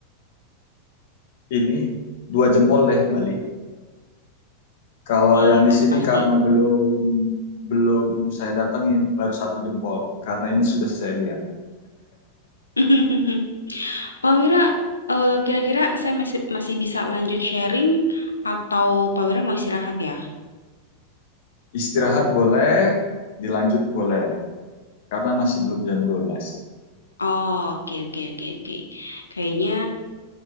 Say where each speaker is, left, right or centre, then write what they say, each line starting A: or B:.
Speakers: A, on the left; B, on the left.
A: ini dua jempol deh Bali. Kalau
B: Iya,
A: yang di sini
B: pasti.
A: karena belum belum saya datengin, baru satu jempol. Karena ini sudah saya lihat.
B: <laughs> Pak Wira, eh, kira-kira saya masih masih bisa lanjut sharing atau Pak Wira mau istirahat ya?
A: Istirahat boleh, dilanjut boleh. Karena masih belum jam dua belas
B: Oh, oke oke oke oke. Kayaknya